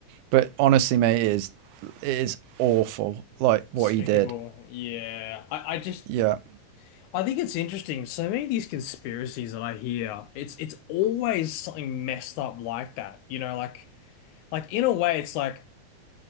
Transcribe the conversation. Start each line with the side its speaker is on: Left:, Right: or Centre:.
Right: but honestly, mate, it is it is awful. Like what
Left: Despicable.
Right: he did.
Left: Yeah. I I just
Right: Yeah.
Left: I think it's interesting. So many of these conspiracies that I hear, it's it's always something messed up like that. You know, like like in a way, it's like.